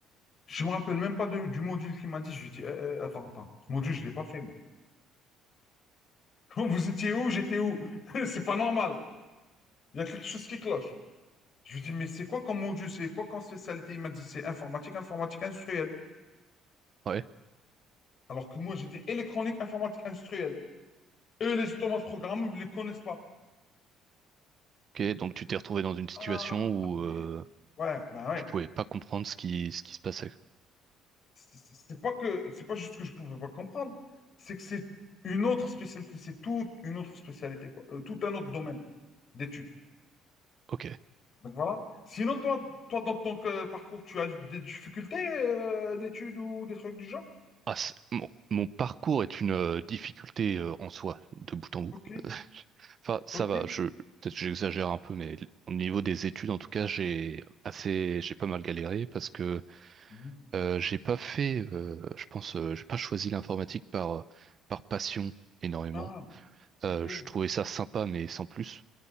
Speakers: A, on the left (about 50°); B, on the right (about 50°).
A: Je me rappelle même pas de- du module qu'il m'a dit. Je lui dis, Eh, eh, attends, attends. Ce module, je l'ai pas fait, moi. <laughs> Vous étiez où? J'étais où? <laughs> C'est pas normal. Il y a quelque chose qui cloche. Je lui dis, mais c'est quoi comme module? C'est quoi comme spécialité? Il m'a dit, c'est informatique, informatique industrielle.
B: ouais.
A: Alors que moi, j'étais électronique, informatique industrielle. Eux, les automates programmables, ils ne les connaissent pas.
B: Ok, donc tu t'es retrouvé dans une situation
A: Ah,
B: où
A: mais-
B: euh,
A: ouais, ben ouais.
B: tu pouvais pas comprendre ce qui, ce qui se passait.
A: c'est c'est- c'est pas que c'est pas juste que je pouvais pas comprendre, c'est que c'est une autre spécialité, c'est toute une autre spécialité, quoi, Euh, tout un autre domaine d'études.
B: Ok.
A: Donc voilà. Sinon, toi, toi dans ton euh, parcours, tu as des difficultés euh, d'études ou des trucs du genre?
B: Ah, c'est- mon, mon parcours est une euh, difficulté euh, en soi, de bout en bout.
A: Ok,
B: Enfin, ça
A: ok.
B: va, je, peut-être que j'exagère un peu, mais l- au niveau des études, en tout cas, j'ai assez, j'ai pas mal galéré parce que
A: Mhm.
B: euh, j'ai pas fait, euh, je pense, euh, j'ai pas choisi l'informatique par, euh, par passion énormément.
A: Ah,
B: Euh,
A: ok,
B: je trouvais ça sympa, mais sans plus.